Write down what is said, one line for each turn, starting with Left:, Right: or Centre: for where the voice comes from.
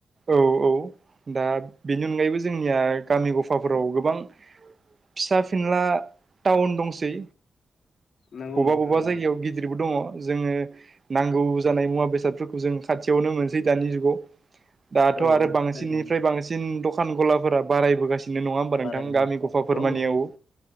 Right: औ औ दा बेनि अनगायैबो जोंनिया गामि गफाफोराव गोबां फिसा फिनला टाउन दंसै।
Left: नंगौ
Right: बबा
Left: नोंथां
Right: बबा
Left: नंगौ
Right: जायगायाव गिदिरबो दङ जोङो नांगौ जानाय मुवा बेसादफोरखौ जों खाथियावनो मोनसै दानि जुगाव दाथ'
Left: औ
Right: आरो बांसिननिफ्राय
Left: थारैनो
Right: बांसिन द खान गलाफोरा बारायबोगासि नो नङा होमबा
Left: बारायनो
Right: नोंथां। गामि गफा फोरमानियाव
Left: औ औ